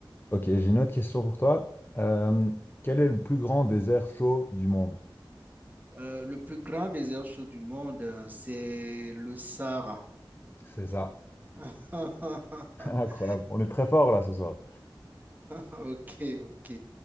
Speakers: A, on the left; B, on the right.
A: Ok, j'ai une autre question pour toi. Euh, quel est le plus grand désert chaud du monde?
B: Euh, le plus grand désert chaud du monde, euh, c'est le Sahara.
A: C'est ça.
B: <laughs>
A: <laughs> Incroyable. On est très fort, là, ce soir.
B: Ok, ok.